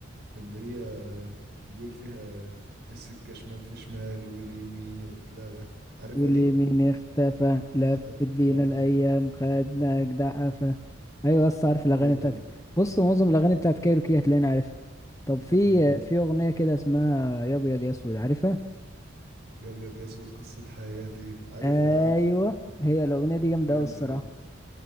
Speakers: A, on the right; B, on the left.
A: اللي هي آه، بيقول فيها السكة شمال في شمال واليمين اتلغى عارفها
B: واليمين
A: دي
B: اختفى لفت
A: اختفى
B: بينا
A: اه
B: الأيام خدنا جدع قفا أيوة بس عارف
A: جامدة
B: الأغاني بتاعتك
A: دي
B: بص معظم الأغاني بتاعت كايروكي هتلاقيني عارفها طب في
A: امم
B: في أغنية كده اسمها يا أبيض يا أسود عارفها؟
A: يا ابيض يا اسود قصة حياتي عارفها
B: أيوة
A: اه
B: هي الأغنية دي جامدة
A: جامدة
B: أوي الصراحة
A: دي